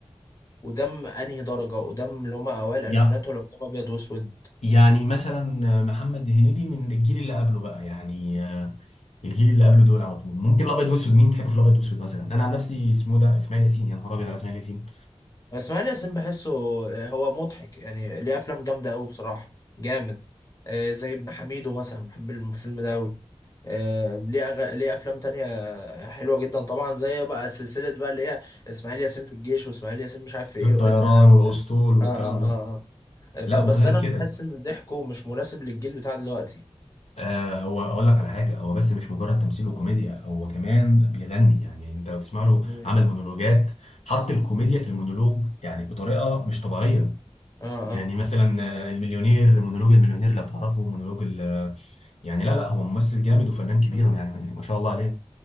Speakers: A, on the left (about 30°); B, on the left (about 75°).
A: ودم انهي درجه ودم اللي هم اوائل الالفينات
B: يا
A: ولا قدام ابيض واسود
B: يعني مثلا محمد هنيدي من الجيل اللي قبله بقى يعني آه، الجيل اللي قبله دول على طول ممكن الابيض واسود مين تحبه في الابيض واسود مثلا انا عن نفسي اسمه ده اسماعيل ياسين يا نهار ابيض على اسماعيل ياسين
A: اسماعيل ياسين بحسه آه، هو مضحك يعني ليه افلام جامده قوي بصراحه جامد آه، زي ابن حميدو مثلا بحب الفيلم ده قوي ليه أغ... ليه افلام تانية حلوه جدا طبعا زي إيه بقى سلسله بقى اللي هي اسماعيل ياسين في الجيش واسماعيل ياسين مش عارف في
B: في
A: ايه
B: الطيران
A: اللي عارف
B: والاسطول والكلام
A: اه اه
B: ده
A: اه آه. فبس
B: لا وغير
A: انا
B: كده
A: بحس ان ضحكه مش مناسب للجيل بتاع دلوقتي
B: آه هو اقول لك على حاجه هو بس مش مجرد تمثيل وكوميديا هو كمان بيغني يعني انت لو تسمع له
A: مم.
B: عمل مونولوجات حط الكوميديا في المونولوج يعني بطريقه مش طبيعيه
A: اه
B: يعني
A: اه
B: مثلا آه، المليونير مونولوج المليونير لو تعرفه مونولوج ال آه، يعني لا لا هو ممثل جامد وفنان كبير
A: مم.
B: يعني ما شاء الله عليه